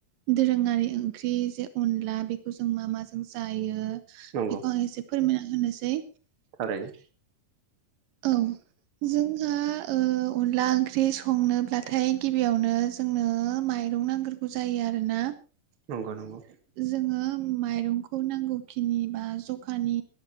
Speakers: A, on the right; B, on the right.
A: दोरोङारि ओंख्रि जे अनला बेखौ जों मा माजों जायो बेखौ
B: नंगौ
A: आं एसे फोरमायना होनोसै।
B: थारैनो।
A: औ जोंहा ओ अनला ओंख्रि संनोब्लाथाय गिबियावनो जोंनो माइरं नांगोरगौ जायो आरोना।
B: नंगौ नंगौ।
A: जोङो माइरंखौ नांगौखिनि बा जखानि